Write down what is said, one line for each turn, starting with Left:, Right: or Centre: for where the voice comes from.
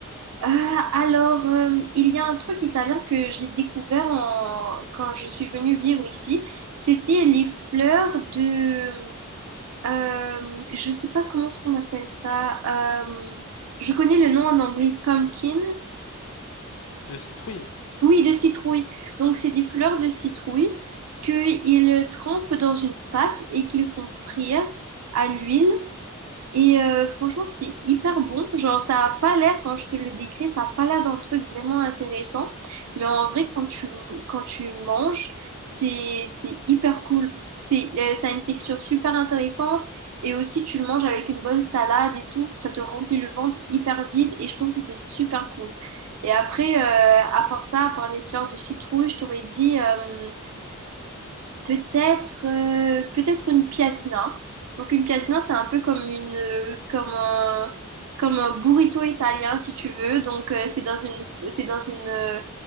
Right: Ah, alors, euh, il y a un truc italien que j'ai découvert en- quand je suis venue vivre ici. C'était les fleurs de... euh, je sais pas comment ce qu'on appelle ça. euh, je connais le nom en anglais, pumpkin.
Left: De citrouille?
Right: Oui, de citrouille. Donc, c'est des fleurs de citrouille qu'ils trempent dans une pâte et qu'ils font frire à l'huile. Et euh, franchement, c'est hyper bon. Genre, ça a pas l'air, quand je te le décris, ça a pas l'air d'un truc vraiment intéressant. Mais en
Left: Mmh.
Right: vrai, quand tu, quand tu manges, c'est, c'est hyper cool. C'est, euh, ça a une texture super intéressante. Et aussi, tu le manges avec une bonne salade et tout. Ça te remplit le ventre hyper vite. Et je trouve que c'est super cool. Et après, euh, à part ça, à part les fleurs de citrouille, je t'aurais dit... euh, Peut-être euh, peut-être une piadina. Donc une piadina, c'est un peu comme une euh, comme un comme un burrito italien si tu veux. Donc euh, c'est dans une c'est dans une euh,